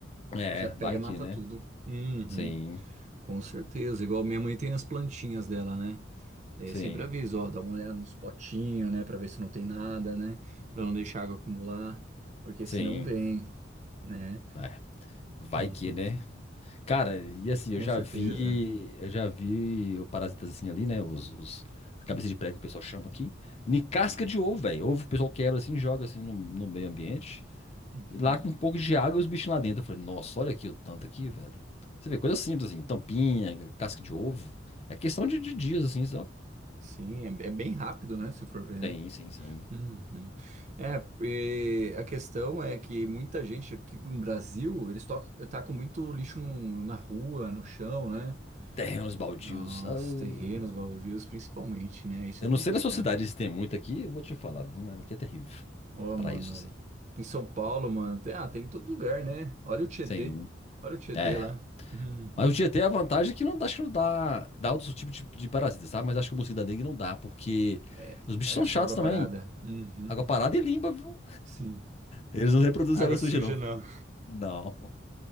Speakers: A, on the left; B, on the right.
A: É,
B: Já pega,
A: vai
B: mata
A: que, né?
B: tudo. Uhum.
A: Sim,
B: Com certeza. Igual minha mãe tem as plantinhas dela, né? Daí
A: sim,
B: eu sempre aviso, ó, dá uma olhada nos potinhos, né, pra ver se não tem nada, né, Pra não deixar a água acumular, porque
A: sim.
B: senão vem, né?
A: É, vai
B: Uhum.
A: que, né? Cara, e assim, eu
B: Com
A: já
B: certeza.
A: vi, eu já vi o parasitazinho ali, né? Os, os cabeça
B: Uhum.
A: de prego que o pessoal chama aqui. Em casca de ovo, velho. Ovo o pessoal quebra assim, joga assim no, no meio ambiente.
B: Uhum.
A: E lá com um pouco de água e os bichinhos lá dentro. Eu falei, nossa, olha aqui o tanto aqui, velho. Você vê, coisa simples assim, tampinha, casca de ovo. É questão de, de dias, assim, sabe?
B: Sim, é, é bem rápido, né? Se for ver,
A: Sim,
B: né?
A: sim, sim.
B: Uhum. É, e a questão é que muita gente aqui no Brasil, eles tocam, tá com muito lixo no- na rua, no chão, né?
A: Terrenos baldios.
B: Nos
A: oh.
B: terrenos, baldios, principalmente, né? Isso
A: Eu
B: é complicado.
A: não sei da sua cidade se tem muito aqui, eu vou te falar, viu? Mas Aqui é terrível.
B: Ó,
A: Pra
B: mano,
A: isso, assim.
B: em São Paulo, mano, tem, ah, tem em todo lugar, né? Olha o Tietê.
A: Sim.
B: Olha o Tietê
A: É.
B: lá. Uhum.
A: Mas o Tietê, a vantagem é que não, dá, acho que não dá, dá outros tipos de, de parasitas, sabe? Mas acho que o mosquito da dengue não dá, porque
B: É,
A: os bichos
B: é
A: são
B: só
A: chatos
B: água
A: também.
B: parada. Uhum.
A: Água parada e limpa, viu?
B: Sim.
A: Eles não reproduzem
B: Água
A: água suja,
B: suja,
A: não.
B: não.
A: Não.